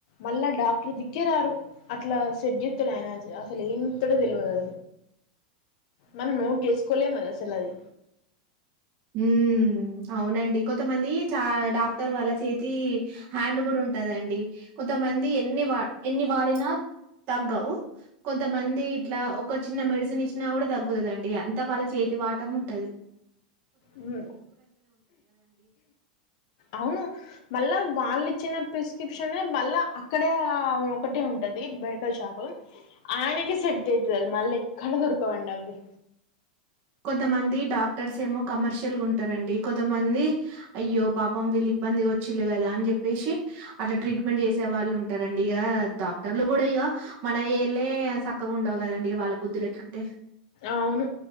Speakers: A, on the left; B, on the right.
A: మళ్ళా డాక్టర్ దిగరారు అట్లా సెడ్ ఇస్తాడు ఆయన అసలు ఏమిస్తాడో తెలియదు అ మనం నోట్ చేసుకోలేముది అసలు అది
B: ఉమ్ అవునండి కొంతమంది చా డాక్టర్ వాళ్ళ చేతి హ్యాండ్ కూడా ఉంటందండి కొంతమంది ఎన్ని వా ఎన్ని వాడినా తగ్గవు కొంతమంది ఇట్లా ఒక చిన్న మెడిసిన్ ఇచ్చినా కూడా తగ్గుతుందండి అంతా వాళ్ళ చేతి వాటం ఉంటుంది
A: ఉమ్ అవును మళ్ళా వాళ్ళు ఇచ్చిన ప్రిస్క్రిప్షన్ మళ్ళా అక్కడ ఒకటే ఉంటది మెడికల్ షాపు ఆయనకి సెట్ అవుతుంది అది మళ్ళీ ఎక్కడ దొరకవండి అవి
B: కొంతమంది డాక్టర్స్ ఏమో కమర్షియల్గా ఉంటారండి కొంతమంది అయ్యో పాపం వీళ్ళు ఇబ్బంది వచ్చిళ కదా అని చెప్పేసి అట్లా ట్రీట్మెంట్ చేసే వాళ్ళు ఉంటారండి ఇక డాక్టర్లు కూడా ఇక మన ఏర్లే చక్కగా ఉండవు కదండి వాళ్ళ బుద్ధులు ఎట్లుంటే
A: అవును